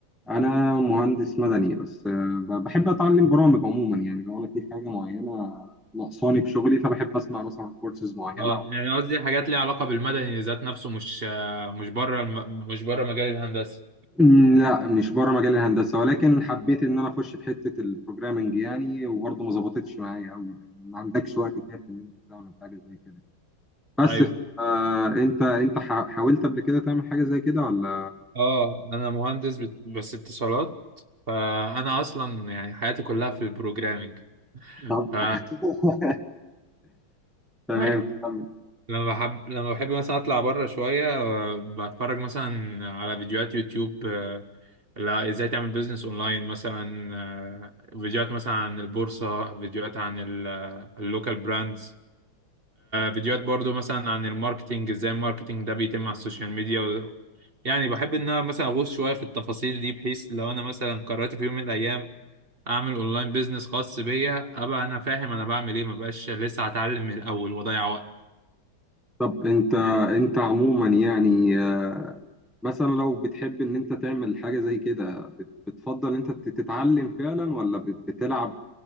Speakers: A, in the centre; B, on the right.
A: انا مهندس مدني بس اه، ب- بحب اتعلم برامج عموما يعني لو انا في حاجه معينه ناقصاني في شغلي فبحب اسمع مثلا كورسز معينه
B: أه
A: او
B: يعني قصدي حاجات ليها علاقة بالمدني ذات نفسه مش آه، مش بره الم... مش بره مجال الهندسة
A: مم، لا مش بره مجال الهندسه ولكن حبيت ان انا اخش في حته البروجرامنج يعني وبرضه ما ظبطتش معايا قوي ما عندكش وقت كافي ان انت تعمل حاجه زي كده بس
B: أيوه
A: آه انت انت حا- حاولت قبل كده تعمل حاجه زي كده ولا
B: أه أنا مهندس بت... بس اتصالات فأنا أصلا يعني حياتي كلها في البروجرامينج
A: طب
B: ف
A: <laughs> تمام
B: أيوه
A: كمل.
B: لما بحب لما بحب مثلا اطلع بره شويه آه، بتفرج مثلا على فيديوهات يوتيوب آه، لا ازاي تعمل بيزنس اونلاين مثلا آه، فيديوهات مثلا عن البورصه فيديوهات عن اللوكال براندز فيديوهات برضو مثلا عن الماركتينج ازاي الماركتينج ده بيتم على السوشيال ميديا و- يعني بحب ان انا مثلا اغوص شويه في التفاصيل دي بحيث لو انا مثلا قررت في يوم من الايام اعمل اونلاين بيزنس خاص بيا ابقى انا فاهم انا بعمل ايه مبقاش لسه هتعلم من الاول واضيع وقت
A: طب انت انت عموما يعني آه، مثلا لو بتحب ان انت تعمل حاجه زي كده بت- بتفضل انت تت- تتعلم فعلا ولا بت- بتلعب